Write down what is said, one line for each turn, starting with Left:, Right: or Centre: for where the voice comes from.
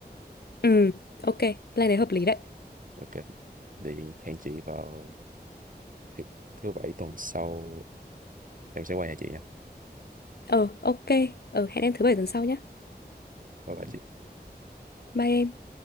Left: ừ, ok, plan đấy hợp lý đấy.
Right: ok thì hẹn chị vào thứ, thứ bảy tuần sau em sẽ qua nhà chị nha
Left: Ờ, ok, ờ, hẹn em thứ bảy tuần sau nhé.
Right: bye bye chị
Left: Bye em.